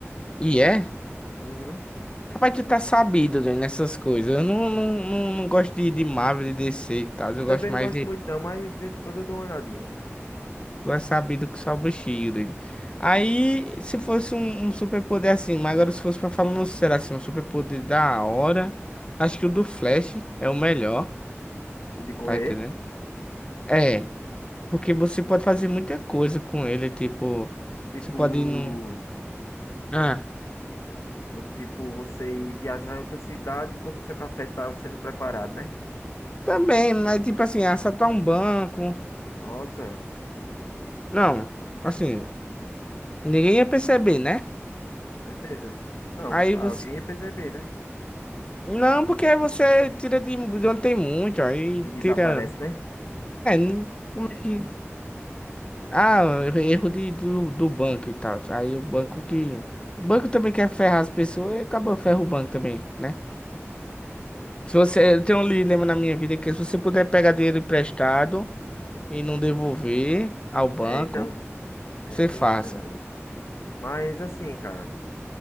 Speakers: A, on the left; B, on the left.
A: E é?
B: Uhum.
A: Rapaz, tu tá sabido, velho, nessas coisas. Eu não, não, não, não gosto de, de Marvel, de DC e tal. Eu
B: Eu também
A: gosto
B: não
A: mais
B: gosto
A: de.
B: muito não, mas de vez em quando eu dou uma olhadinha.
A: Tu é sabido que sobra o Shield. Aí, se fosse um, um superpoder assim, mas agora se fosse pra falar no sério assim, um superpoder da hora, acho que o do Flash é o melhor,
B: O de correr,
A: tá entendendo? É, porque você pode fazer muita coisa com ele, tipo,
B: tipo...
A: você pode ir num. Ah,
B: Vo- Tipo, você ir viajar em outra cidade enquanto o seu café estava sendo preparado, né?
A: também, mas tipo assim, assaltar um banco.
B: Nossa,
A: Não, assim, ninguém ia perceber, né?
B: com certeza. Não,
A: Aí
B: tá,
A: você
B: alguém ia perceber, né?
A: Não, porque aí você tira de, de onde tem muito, aí
B: E desaparece,
A: tira.
B: né?
A: É, não- como é que. Ah, erro de, do, do banco e tal. Aí o banco que. O banco também quer ferrar as pessoas e acaba ferra o banco também, né? Se você,
B: Sim.
A: eu tenho um dilema na minha vida que se você puder pegar dinheiro emprestado e não devolver ao banco,
B: É, então, é,
A: você
B: tem
A: faça.
B: isso também. Mas assim, cara,